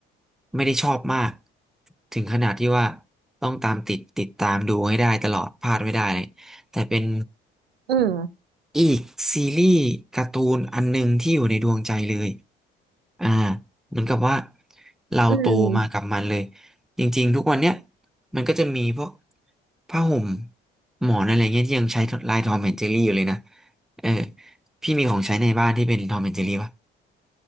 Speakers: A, in the centre; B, on the right (about 85°).
A: ไม่ได้ชอบมากถึงขนาดที่ว่าต้องตามติดติดตามดูให้ได้ตลอดพลาดไม่ได้เลย แต่เป็น
B: อืม
A: อีกซีรีส์การ์ตูนอันหนึงที่อยู่ในดวงใจเลย อ่าเหมือนกับว่าเราโตมากับมันเลย
B: อืม
A: จริงๆทุกวันเนี้ยมันก็จะมีพวกผ้าห่มหมอนอะไรเงี้ยที่ยังใช้ลายทอมแอนด์เจอรี่อยู่เลยนะ เออพี่มีของใช้ในบ้านที่เป็นทอมแอนด์เจอรี่ป่ะ